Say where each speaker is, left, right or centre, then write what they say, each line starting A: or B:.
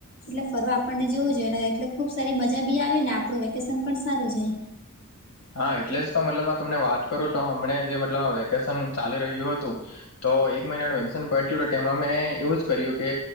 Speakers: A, on the left; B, on the left.
A: એટલે ફરવા આપણને જોવું જોઈએ ને એટલે ખુબ સારી મજા બી આવે ને આપડું વેકેશન પણ સારું જાય
B: હા એટલે જ તો મતલબ તમને વાટ કરું તો હમણે જે મતલબ વેકેશન ચાલી રહ્યું હતું તો એક મહિનાનું વેકેશન પટ્યું ટો ટેમાં મેં એવું જ કર્યું કે